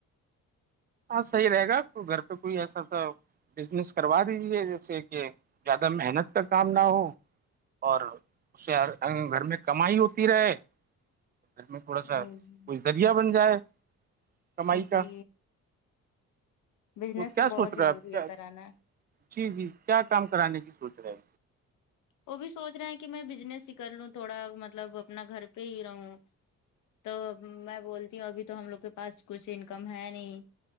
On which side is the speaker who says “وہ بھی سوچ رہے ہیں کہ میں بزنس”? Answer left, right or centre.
Left